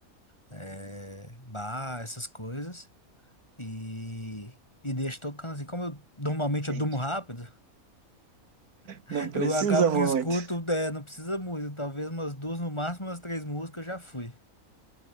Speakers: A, on the left; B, on the right.
A: é, bar, essas coisas. E, e deixo tocando assim. Como eu normalmente eu
B: entendi.
A: durmo rápido, <laughs>
B: Não precisa
A: eu acabo
B: muito.
A: que escuto, é, não precisa muito, talvez umas duas, no máximo umas três músicas eu já fui.